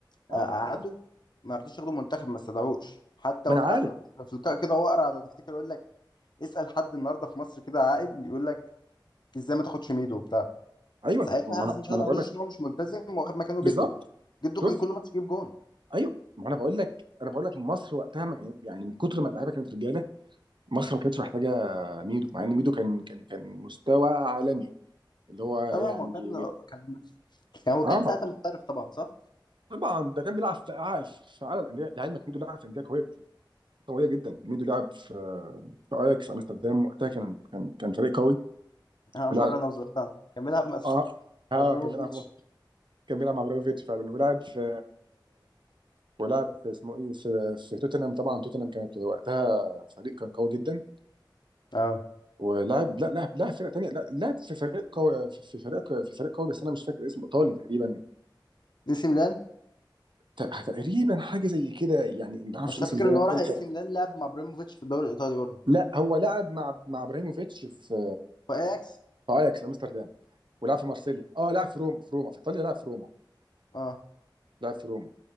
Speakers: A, on the right (about 70°); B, on the left (about 60°).
A: اه
B: آه، قعدوا
A: اه
B: ما رضوش ياخدوا المنتخب ما استدعوش حتى
A: ما
B: هو
A: انا
B: طلع
A: عارف
B: في في لقاء كده هو قرع لو تفتكر يقول لك اسال حد النهارده في مصر كده عاقل يقول لك ازاي ما تاخدش ميدو وبتاع
A: ايوه
B: ساعتها
A: ما انا
B: حسن شحاته
A: ما انا
B: ما
A: بقول
B: رضوش
A: لك
B: عشان هو مش ملتزم واخد مكانه
A: بالظبط
B: جده جده
A: شوف
B: كان كل ماتش يجيب جون
A: ايوه ما انا بقول لك انا بقول لك مصر وقتها ما كان- يعني من كتر ما اللعيبه كانت رجاله مصر ما كانتش محتاجه ميدو مع ان ميدو كان كان كان مستوى عالمي اللي هو يعني
B: طبعا ما هو كان كان يعني هو
A: اه
B: كان ساعتها محترف طبعا صح؟
A: طبعا ده كان بيلعب في أع- في اعلى الانديه لعلمك ميدو لعب في انديه قويه قويه جدا ميدو لعب في في اياكس امستردام وقتها كان كان كان فريق قوي
B: آه، مره
A: ولعب
B: انا وزرتان كان بيلعب مع <laughs>
A: اه اه
B: مع ابراهيموفيتش
A: كان بيلعب كان بيلعب مع ابراهيموفيتش فعلا ولعب في ولعب في اسمه ايه في, في توتنهام طبعا توتنهام كانت وقتها فريق كان قوي جدا
B: اه
A: ولعب لا لعب لعب فرقه تانيه لا لعب في فريق قوي في في فريق في فريق قوي بس انا مش فاكر اسمه ايطالي تقريبا
B: نسي ميلان
A: ت تقريبًا حاجة زي كده، يعني ما أعرفش
B: بس
A: إيه
B: أنا فاكر
A: ده
B: ان هو راح
A: إمتى
B: اي سي ميلان لعب مع ابراهيموفيتش في الدوري الايطالي برضه
A: لأ، هو لعب مع مع إبراهيموفيتش في
B: واياكس
A: في أياكس أمستردام، ولعب في مارسيليا، آه لعب في روما في روما، في إيطاليا لعب في روما،
B: اه
A: لعب في روما،